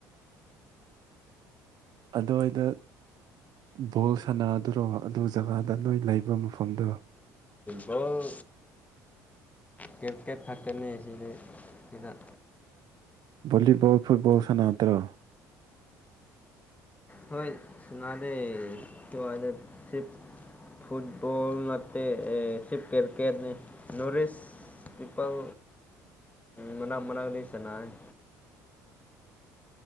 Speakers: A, on the right; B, on the left.
A: ꯑꯗꯨꯋꯥꯏꯗ ꯕꯣꯜ ꯁꯥꯟꯅꯗꯨꯔꯣ ꯑꯗꯨ ꯖꯒꯥꯗ ꯅꯣꯏ ꯂꯩꯕ ꯃꯐꯝꯗꯣ
B: ꯕ ꯀ꯭ꯔꯤꯀꯦꯠ ꯐꯛꯇꯅꯤ ꯑꯁꯤꯗꯤ ꯁꯤꯗ
A: ꯂꯤꯕꯜ ꯐꯨꯠꯕꯜ ꯁꯅꯇ꯭ꯔ
B: ꯍꯣꯏ ꯁꯅꯥꯗꯦ ꯀ ꯋꯥꯗꯦ ꯁꯤꯞ ꯐꯨꯠꯕꯣꯜ ꯅꯠꯇꯦ ꯁꯤ ꯀ꯭ꯔꯤꯀꯦꯠꯅꯤ ꯅꯨꯔꯤꯁ ꯄꯤꯄꯜ ꯃꯅꯥ ꯃꯅꯥꯗꯤ ꯁꯅꯥꯏꯦꯜ